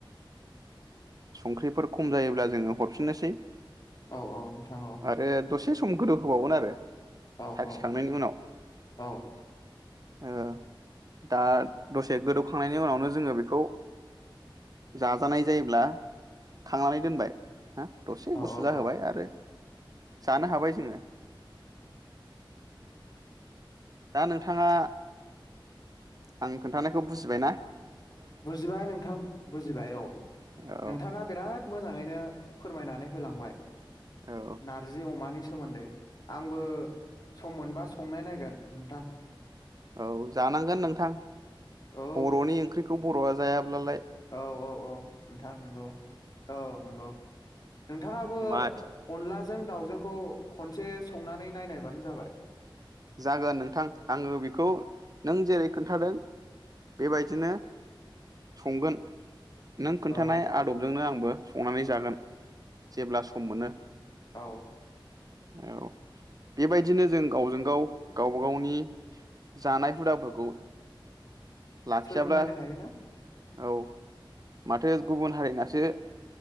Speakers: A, on the right (about 45°); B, on the left (about 50°).
A: संख्रिफोर खम जायोब्ला जोङो हरफिननोसै।
B: औ नोंथां औ
A: आरो दसे एसे सम गोदौ होबावगोन आरो।
B: औ
A: साखिखांनायनि
B: औ
A: उनाव
B: औ
A: ओ दा दसे गोदौखांनायनि उनावनो जोङो बेखौ जाजानाय जायोब्ला खांनानै दोनबाय। हा दसे
B: औ
A: गुसु
B: औ
A: जाहोबाय आरो जानो हाबाय जोङो दा नोंथाङा आं खोन्थानायखौ बुजिबाय ना?
B: बुजिबाय नोंथां बुजिबाय औ
A: औ
B: नोंथाङा बिराद मोजाङैनो फोरमायनानै होलांबाय।
A: औ
B: नारजि अमानि सोमोन्दै आंबो सम मोनबा संनाय नायगोन नोंथां।
A: औ जानांगोन नोंथां
B: औ
A: बर'नि ओंख्रिखौ खौ बर'आ जायाब्लाालाय
B: औ औ औ नोंथां नंगौ औ नंगौ नोंथाङाबो
A: मा
B: अनला जों दाावजोंखौ खनसे संनानै नायनायबानो जाबाय
A: जागोन नोंथां आङो बेखौ नों जेरै खोन्थादों बेबायदिनो संगोन। नों खोन्थानाय
B: औ
A: आदबजोंनो आंबो संनानै जागोन। जेब्ला सम मोनो
B: औ
A: औ बेबायदिनो जों गावजों गाव गावबा गावनि जानाय हुदाफोरखौ लाखियाब्ला
B: सोलोंलायनो हायोना
A: औ माथो गुबुन हारिनासो